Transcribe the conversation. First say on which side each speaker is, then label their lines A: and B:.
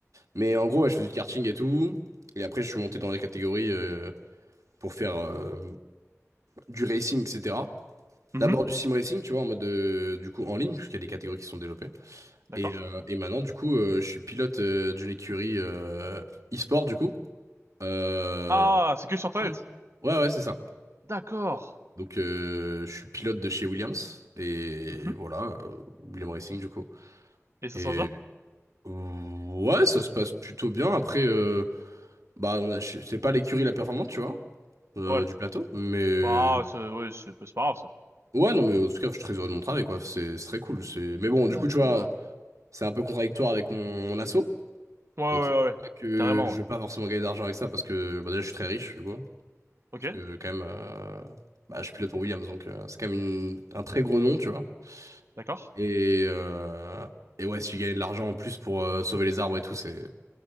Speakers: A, on the right; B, on the right.
A: Mais en gros, ouais, je faisais du karting et tout. Et après, je suis monté dans les catégories euh, pour faire euh, du racing, etc.
B: Mhm.
A: D'abord du sim racing, tu vois, en mode euh, du coup en ligne, puisqu'il y a des catégories qui sont développées.
B: D'accord.
A: Et, euh, et maintenant, du coup, euh, je suis pilote euh, d'une écurie euh, e-sport, du coup. Euh,
B: Ah, c'est que sur internet.
A: il me semble. Ouais, ouais, c'est ça.
B: D'accord.
A: Donc, euh, je suis pilote de chez Williams. Et
B: Mhm.
A: voilà, euh, William Racing, du coup.
B: Et ça
A: Et
B: se passe bien?
A: euh, ouais, ça se passe plutôt bien. Après, euh, bah, on a- je- c'est pas l'écurie la performante, tu vois, euh,
B: Ouais.
A: du plateau. Mais
B: Bah c'est ouais, c'est bah, c'est pas grave ça.
A: ouais, non, mais en tout cas, je suis très heureux de mon travail, quoi. C'est c'est très cool. C'est... Mais bon, du
B: D'accord.
A: coup, tu vois, c'est un peu contradictoire avec mon, mon asso.
B: Ouais ouais
A: Donc,
B: ouais
A: c'est pour
B: ouais.
A: ça que
B: Carrément
A: je
B: ouais.
A: veux pas forcément gagner d'argent avec ça parce que bah, déjà, je suis très riche, tu vois.
B: Ok.
A: Parce que, quand même, euh, bah, je pilote pour Williams. Donc, euh, c'est quand même une- un très gros nom, tu vois.
B: D'accord.
A: Et, euh, et ouais, si tu gagnes de l'argent en plus pour euh, sauver les arbres et tout, c'est